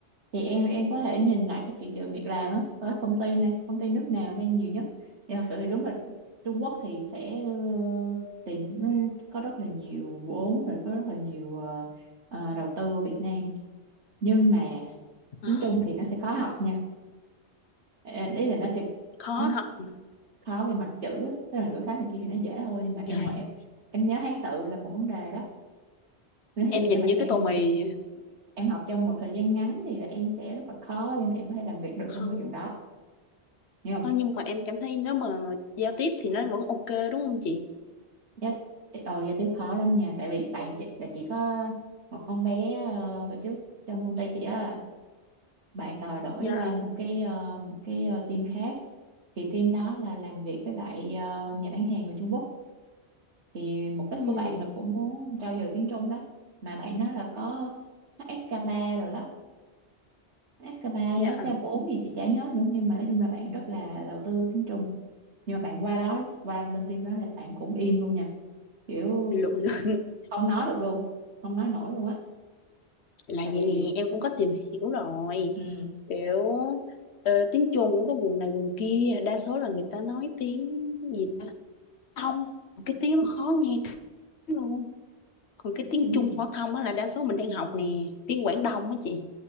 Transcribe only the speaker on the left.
<sighs>
Khó
học.
Trời,
em
nhìn
như
cái tô mì.
Không,
không nhưng mà em cảm thấy nếu mà giao tiếp thì nó vẫn ok đúng không chị?
Dạ,
ừ,
dạ,
lụi. <laughs>
là
vậy
nè em cũng có tìm hiểu rồi
kiểu ờ, tiếng Trung cũng có vùng này vùng kia đa số là người ta nói tiếng gì ta thông cái tiếng nó khó nghe lắm luôn còn cái tiếng
Trung
phổ thông á là đa số mình đang học nè tiếng Quảng Đông á chị